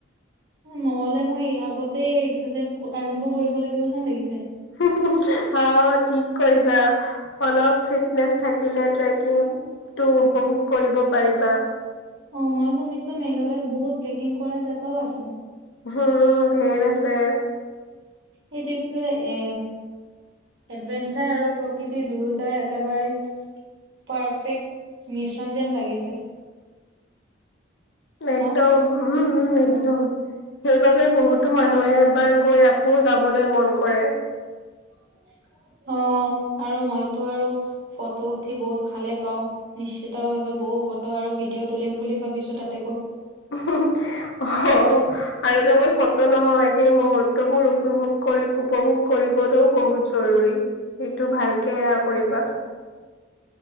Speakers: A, on the right; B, on the left.
A: নহ'লে মই আগতে এক্সাৰচাইজ আৰম্ভ কৰিব লাগিব যেন লাগিছে।
B: হু হু হু অ' ঠিক কৈছা অলপ ফিটনেচ থাকিলে ট্ৰেকিং টো উপভোগ কৰিব পাৰিবা।
A: অ' মই শুনিছো মেঘালয়ত বহুত ট্ৰেকিং কৰা জেগাও আছে?
B: উম' ধেৰ আছে।
A: এই ট্ৰিপটো এ এডভেঞ্চাৰ আৰু প্ৰকৃতি, দুয়োটাৰ একেবাৰে পাৰফেক্ট মিশ্ৰণ যেন লাগিছে।
B: একদম
A: ন
B: উম' উম একদম। সেইবাবে বহুতো মানুহে এবাৰ গৈ আকৌ যাবলৈ মন কৰে।
A: <unintelligible> অ' আৰু মইতো আৰু ফটো উঠি বহুত ভালে পাও, নিশ্চিতভাৱে - বৌ ফটো আৰু ভিডিঅ তুলিম বুলি ভাবিছো তাতে গৈ।
B: হুহু অ' আৰু কেৱল ফটো নহয় সেই মুহূুৰ্তবোৰ উপভোগ কৰি উপভোগ কৰিবলৈও বহুত জৰুৰী। সেইটো ভালকে সেয়া কৰিবা।